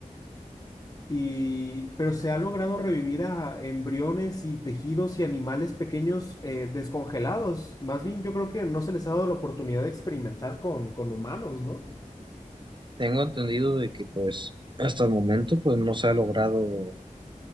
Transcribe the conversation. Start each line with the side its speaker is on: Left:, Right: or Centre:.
Left: Y, pero se ha logrado revivir a embriones y tejidos y animales pequeños eh, descongelados. Más bien, yo creo que no se les ha dado la oportunidad de experimentar con, con humanos, ¿no?
Right: Tengo entendido de que pues hasta el momento pues no se ha logrado